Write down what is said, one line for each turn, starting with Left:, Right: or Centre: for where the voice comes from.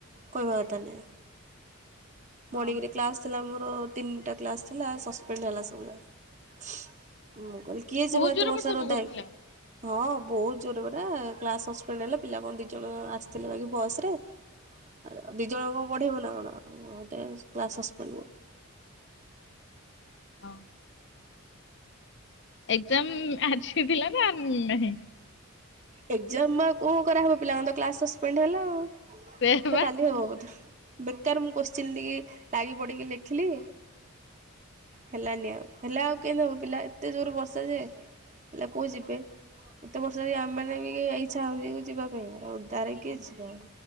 Right: କହିବା କଥା ନାହିଁ
Left: ହଁ
Right: ମର୍ଣ୍ଣିଂରେ କ୍ଲାସ୍ ଥିଲା ମୋର ତିନିଟା କ୍ଲାସ୍ ଥିଲା ସସ୍ପେଣ୍ଡ ହେଲା ସବୁ ଯାକ ମୁଁ କହିଲି
Left: ମାନେ
Right: କିଏ ଯିବ
Left: ବହୁତ
Right: ଏତେ
Left: ଜୋରରେ
Right: ବର୍ଷା
Left: ପକଉଥିଲା।
Right: ଓଦା ହେଇକି ହଁ ବହୁତ ଜୋର ପରା କ୍ଲାସ ସସପେଣ୍ଡ ହେଲେ ପିଲା କଣ ଦି ଜଣ ଆସିଥିଲେ ବାକି ବସ ରେ ଆ ଦି ଜଣ କଣ ପଢେଇବ ନା କଣ ମତେ କ୍ଲାସ ସସପେଣ୍ଡ ହୁଏ
Left: ହଁ ଏକ୍ଜାମ ଆଜି ଥିଲା ନା ନାହିଁ
Right: ଏକ୍ଜାମ ଆଉ ବା କଣ କରାହବ ପିଲାମାନଙ୍କ ତ କ୍ଲାସ ସସପେଣ୍ଡ ହେଲା ଆଉ
Left: ସେଇଆ
Right: ସେ
Left: ବା।
Right: କାଲି ହବ ବୋଧେ ବେକାର ମୁଁ କୋସଚୈନ ନେଇକି ଲାଗି ପଡିକି ଲେଖିଲି ହେଲାନି ଆଉ ହେଲା ଆଉ କେମିତି ହବ ପିଲା ଏତେ ଜୋର ବର୍ଷା ଯେ ପିଲା କୋଉ ଯିବେ ଏତେ ବ ତଥାପି ଆମେ ମାନେ ବି ଇଚ୍ଛା ହଉଛି ଯିବା ପାଇଁ ଏରା ଓଦାରେ କିଏ ଯିବ